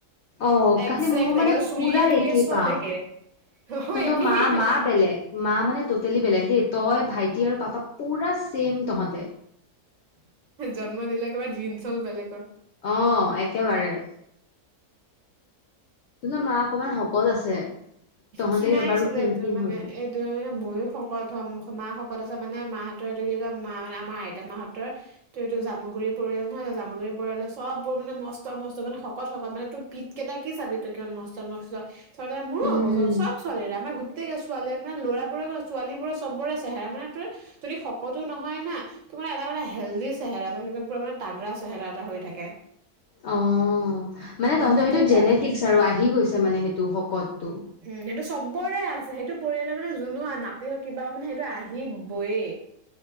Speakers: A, on the left; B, on the right.
A: অ
B: একজেক্ট
A: কালি মোৰ মানে
B: চুলিয়ে-তুলিয়ে
A: পুৰা একেই
B: চব
A: পাওঁ
B: একে, অ',
A: তহঁতৰ
B: একেই
A: মা মা
B: হয়।
A: বেলেগ মা মানে ট'টেলি বেলেগ দেই তই, ভাইটি আৰু পাপা পুৰা ছেম তহঁতে।
B: জন্ম দিলে ক'বাৰ জিন্ছ হ'ল বেলেগৰ।
A: অ', একেবাৰে। তহঁতৰ মা অকণমান শকত আছে। তহঁতে
B: খিনাইছিলে
A: বাৰু ক্ষীণ
B: এইটো
A: ক্ষীণ
B: মানে
A: হলি
B: সেইটোয়ে মইও শকত হ'ম, মা শকত আছে মানে মাহঁতৰ এইটো কি কয় মানে আমাৰ মা আইতা মাহঁতৰ আমাৰ তই এইটো জামুগুৰি পৰিয়াল নহয় জানো, জামুগুৰি পৰিয়ালৰ চববোৰ মানে মস্ত মস্ত মানে শকত শকত মানে তোৰ পি ত কেইটা কি চাবি তই কিমান মস্ত মস্ত মোৰো
A: উম
B: হ'ব <unintelligible> ছোৱালীৰে আমাৰ গোটেই ছোৱালী মানে ল'ৰাবোৰে ছোৱালীৰে চব বৰে চেহেৰা মানে তোৰ যদি শকতো নহয় না তোৰ মানে এটা মানে হেল্ডি চেহেৰা যেন একদম পুৰা মানে তাগৰা চেহেৰা এটা হৈ থাকে।
A: অ', মানে তহতৰ
B: গোটেই
A: সেইটো জেনেটিক্স
B: গাল।
A: আৰু আহি গৈছে মানে সেইটো শকতটো।
B: উম, সেইটো চবৰে আছে সেইটো পৰিয়ালে মানে যোনো নাতি হওক কিবা হওক মানে সেইটো আহিবয়েই।